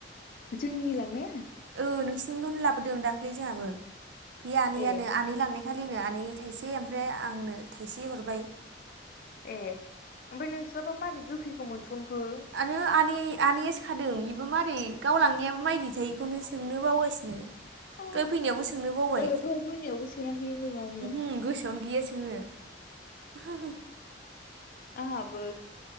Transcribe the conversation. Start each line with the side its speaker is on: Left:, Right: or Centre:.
Left: जोंनि लांनाया
Right: ओ नोंसिनिखौनो लाबोदों दाख्लै जोहाबो बे आनैयानो
Left: ए
Right: आनै लांनाय खालिनो आनै थाइसे ओमफ्राय आंनो थाइसे हरबाय।
Left: ए ओमफ्राय नोंस्राबा मारै गोखैखो मोनसनखो
Right: नो आनै आनैआसो खादों इबो मारै गाव लांनायाबो मायदि थाय इखौनो सो सोंनो बावगासिनो
Left: ओ
Right: दहाय फैनायावबो सोंनो बावबाय
Left: दहाय मोनायावबो सो <unintelligible>
Right: उमहो गोसोआवनो गैया सोंनो।
Left: आहाबो।